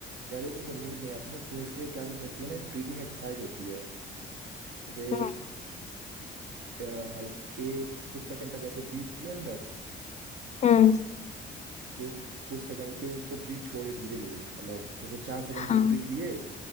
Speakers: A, on the right; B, on the left.
A: कह रहे हो तुमको नींद नहीं आती ना तुम इसके लिए क्या कर सकती हो ना एक ब्रीदिंग एक्सरसाइज होती है जैसे
B: हम्म,
A: अ, हल एक कुछ सेकंड तक ऐसे ब्रीथ किए अंदर
B: हम्म
A: फिर कुछ सेकंड फिर उसको ब्रीथ छोड़े धीरे धीरे मतलब जैसे चार सेकंड
B: हाँ
A: के लिए ब्रीथ लिए